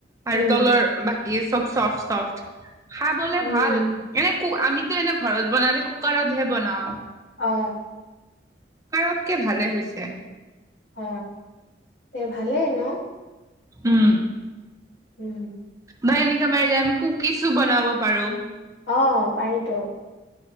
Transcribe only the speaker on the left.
উম
উম
অ
অ তে ভালে ন
উম
অ পাৰিতো